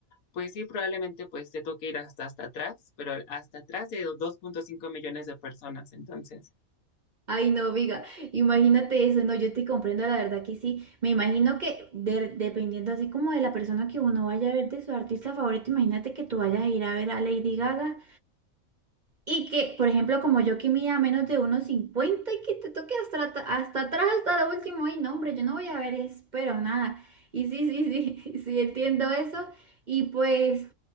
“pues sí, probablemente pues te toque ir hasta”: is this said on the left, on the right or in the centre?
Left